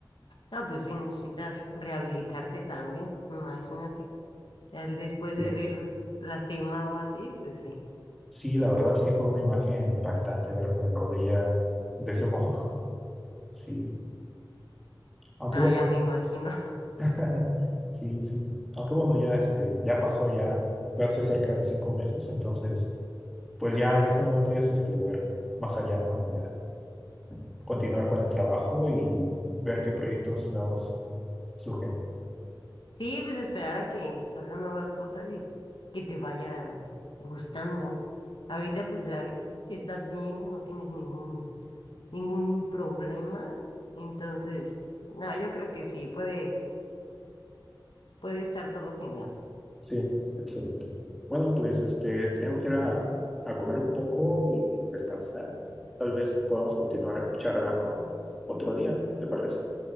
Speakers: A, on the left; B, in the centre.
A: Ah, pues sí, necesitas rehabilitarte también, imagínate. Al- Después
B: Pero
A: de ver lastimado así, pues sí.
B: sí, la verdad, sí fue una imagen impactante ver mi rodilla de ese modo. <laughs> Sí. Aunque
A: No,
B: bueno,
A: ya me imagino.
B: <laughs> sí, sí. Aunque bueno, ya, este, ya pasó, ya fue hace cerca de cinco meses, entonces, pues ya, ya solamente es este, ver más allá, ¿no? Y ya continuar con el trabajo y ver qué proyectos nuevos surgen.
A: Sí, pues esperar a que salgan nuevas cosas y que te vaya gustando. Ahorita, pues ahorita estás bien, no tienes ningún, ningún problema. Entonces, no, yo creo que sí, puede, puede estar todo genial.
B: Sí, excelente. Bueno, pues este, tengo que ir a, a comer un poco y descansar. Tal vez podamos continuar charlando otro día. ¿Qué te parece?